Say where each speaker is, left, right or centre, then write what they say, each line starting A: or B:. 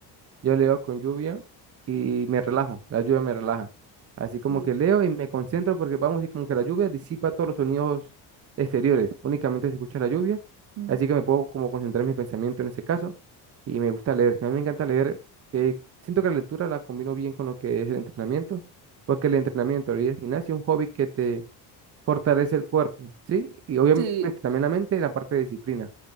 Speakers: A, on the right; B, on the right.
A: yo leo con lluvia y me relajo, la lluvia me relaja. Así como
B: Sí.
A: que leo y me concentro porque vamos y como que la lluvia disipa todos los sonidos exteriores, únicamente se escucha la lluvia,
B: Mm.
A: así que me puedo como concentrar mi pensamiento en ese caso y me gusta leer. A mí me encanta leer, que siento que la lectura la combino bien con lo que es el entrenamiento, porque el entrenamiento y el gimnasio es un hobby que te fortalece el cuerpo, ¿sí? Y obviamente
B: Sí,
A: también la mente y la parte de disciplina.